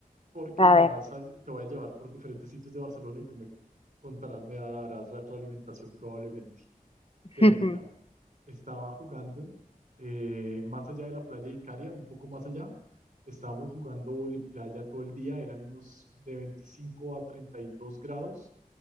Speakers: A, on the right; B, on the left.
A: porque
B: A
A: me
B: ver.
A: vas a, te voy a llevar por diferentes sitios de Barcelona y tú me contarás, me darás retroalimentación probablemente.
B: <laughs>
A: Pero mira, estaba jugando eh, más allá de la playa de Icaria, un poco más allá. Estábamos jugando voliplaya todo el día, eran unos de 25 a 32 grados.